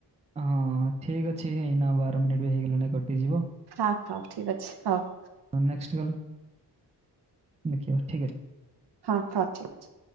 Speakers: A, on the right (about 15°); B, on the right (about 70°).
A: ହଁ ଠିକ୍ ଅଛି ଏଇନା ବାର ମିନିଟ୍ ବି ହେଇଗଲାଣି କଟିଯିବ।
B: ହଁ ହଉ ଠିକ୍ ଅଛି, ହଉ।
A: ହଁ ନେକ୍ସଟ୍ କଲ, ଦେଖିବା ଠିକ୍ ଅଛି।
B: ହଁ, ହଁ ଠିକ୍ ଅଛି।